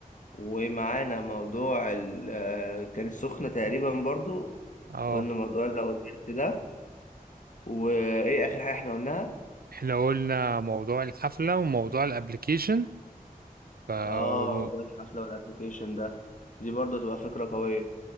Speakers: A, on the left; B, on the right.
A: ومعانا موضوع ال آه، كان السخنة تقريبا برضو
B: اه
A: قلنا موضوع لو الحفت ده وايه اخر حاجة احنا قلناها
B: احنا قلنا موضوع الحفلة وموضوع الابليكيشن ف اه
A: اه موضوع الحفلة والابليكيشن ده دي برضو هتبقى فكرة قوية